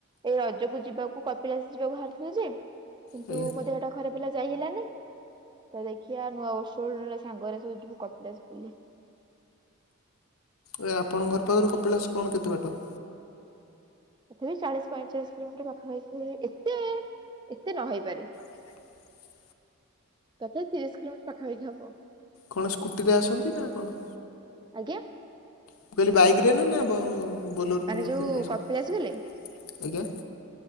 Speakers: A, on the right (about 20°); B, on the left (about 80°).
A: ଏଇ ରଜକୁ ଯିବାକୁ କପିଳାସ ଯିବାକୁ ବାହାରରିଥିଲୁ ଯେ କିନ୍ତୁ
B: ଆଜ୍ଞା
A: ମୋ ଦେହଟା ଖରାପ୍। ଥିଲା ଯାଇହେଲାନି‌ ତ ଦେଖିବା ନୂଆ ବର୍ଷ ବେଳକୁ ନହେଲେ ସାଙ୍ଗ ଗୁରା ସବୁ ଯିବୁ କପିଳାସ ବୁଲି।
B: ଏ ଆପଣଙ୍କର ଘର ପାଖରୁ କପିଳାସ କଣ କେତେ ବାଟ।
A: ତଥାପି ଚାଳିଶ ପଇଁଚାଳିଶ କିଲୋମିଟର ପାଖା ପାଖି ହେଇଛି ଏତେ ଏତେ ନ ହେଇପାରେ।
B: <unintelligible>
A: ତଥାପି ତିରିଶ କିଲୋମଟର ପାଖାପାଖି ହବ।
B: କଣ ସ୍କୁଟି ରେ ଆସନ୍ତି ନା କଣ।
A: ଆଜ୍ଞା।
B: ମୁଁ କହିଲି ବାଇକରେ ନ ନା ବୋଲେର ଫୋଲୋର
A: ମାନେ ଯୋଉ
B: କରିକି ଆସନ୍ତି
A: କପିଳାସ ଗଲେ
B: ଆଜ୍ଞା।